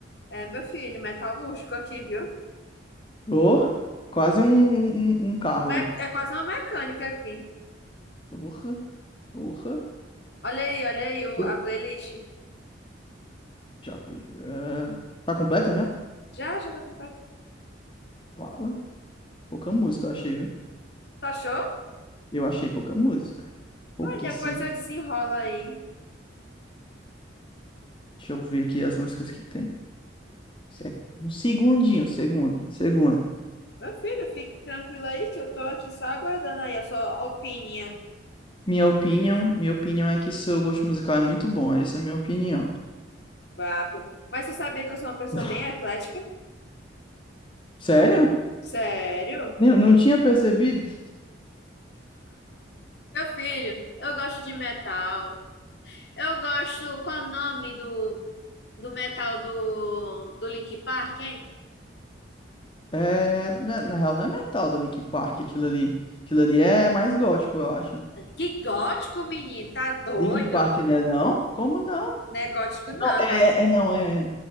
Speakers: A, on the left (about 60°); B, on the left (about 25°).
A: É, meu filho, metalúrgico aqui, viu?
B: Ô, quase um, um, um carro
A: Me-
B: aí.
A: é quase uma mecânica aqui.
B: Porra, porra.
A: Olha aí, olha aí o-
B: Eu
A: a playlist.
B: já vi. eh, Tá completa já?
A: Já, já tá completa.
B: Vala. Pouca música eu achei, viu?
A: Tu achou?
B: Eu achei pouca música. Pouquíssima.
A: Ah, depois eu desenrolo aí.
B: Deixa eu ver aqui as músicas que tem. Se- é Um segundinho, segundo, segundo.
A: Meu filho, fique tranquilo aí que eu tô aqui só aguardando aí a sua opinion.
B: Minha opinião, minha opinião é que seu gosto musical é muito bom. Essa é a minha opinião.
A: Papo. Mas você sabia que eu sou uma pessoa
B: <laughs>
A: bem eclética?
B: Sério?
A: Sério?
B: Nem- Não tinha percebido?
A: Meu filho, eu gosto de metal. Eu gosto. Qual é o nome do, do metal do, do Linkin Park, hein?
B: É, na, na real, não é metal do Linkin Park aquilo ali. Aquilo ali é mais gótico, eu acho.
A: Que gótico, menino. Tá doido?
B: Linkin Park, né? Não? Como não?
A: Não é gótico, não.
B: É,
A: Tá...
B: é não, é.